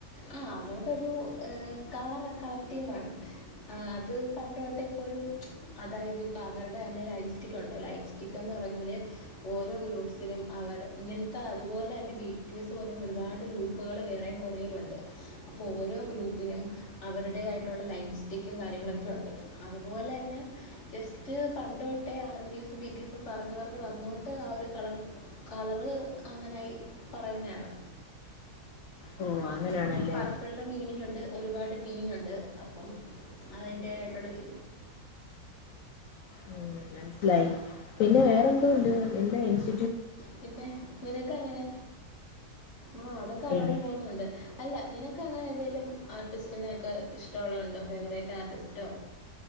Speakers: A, on the left; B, on the left.
A: ആ അവരുടെ ഒരു ഹ്കളറ് കളർ ടീമാണ് അത് പണ്ട് തൊട്ടെ ഇപ്പ ഒരു അതായത് ഇപ്പോ അവരുടെ തന്നെ ലൈഫ് സ്റ്റിക്ക് ഉണ്ട് ലൈഫ് സ്റ്റിക്ക്ന്ന് പറഞ്ഞാല് ഓരോ ഗ്രൂഫ്സിലും അവർ ഇങ്ങനത്തെ അതുപോലെ തന്നെ ബീ ഫീസ്പോലുള്ള ഒരുപാട് ഗ്രൂപ്പുകൾ വേറെയും കുറയിലുണ്ട് അപ്പോൾ ഓരോ ഗ്രൂപ്പിനും അവരുടേതായിട്ടുള്ള ലൈഫ് സ്റ്റിക്കും കാര്യങ്ങളൊക്കെ ഉണ്ട് അതുപോലെ തന്നെ ജസ്റ്റ് പണ്ട് തൊട്ടേ R P S B T എസും പറഞ്ഞ് പറഞ്ഞ് വന്നുകൊണ്ട് ആ ഒരു കളർ കളറ് അങ്ങനെ ആയി പറയുന്നയാണ്
B: ഓ അങ്ങനെയാണല്ലേ
A: പിന്നെ പറപ്പിള് മീനിങ് ഉണ്ട് ഒരുപാട് മീനിങ് ഉണ്ട് അപ് പ്പം അതിന്റെയിട്ടുള്ള രീ
B: ഉം മനസ്സിലായി പിന്നെ വേറെന്തോ ഉണ്ട് എന്താ ഇൻസ്റ്റ
A: പിന്നെ നിനക്ക് അങ്ങനെ ആ അതൊക്കെ അറിയണം
B: എനി
A: തോന്നുന്നുണ്ട് അല്ല നിന ക്ക്‌ അങ്ങനെ ഏതേലും ആർട്ടിസ്റ്റിനെൊക്കെ ഇഷ്ടമുള്ളണ്ടോ ഫേവറേറ്റ് ആർട്ടിസ്റ്റോ